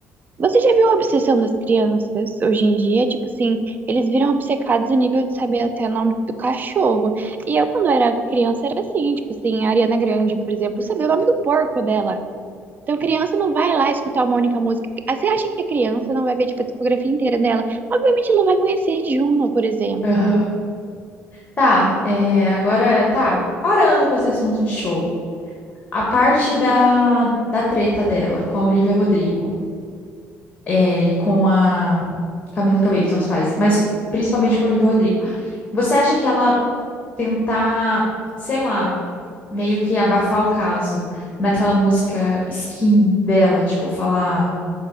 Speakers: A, on the right; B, on the left.
A: Você já viu a obsessão das crianças hoje em dia? Tipo assim, eles viram obcecados a nível de saber até o nome do cachorro. E eu, quando era criança, era assim, tipo assim, a Ariana Grande, por exemplo, sabia o nome do porco dela. Então, criança não vai lá escutar uma única música. Ah, Você acha que a criança não vai ver, tipo, a discografia inteira dela? Obviamente, ela vai conhecer Juno, por exemplo.
B: Aham. Tá, é, agora tá parando com esse assunto de show. A parte da, da treta dela com a Olivia Rodrigo é, e com a Camila Cabello, tanto faz, mas principalmente com a Olivia Rodrigo. Você acha que ela tentar, sei lá, meio que abafar o caso naquela música Skin dela, tipo, falar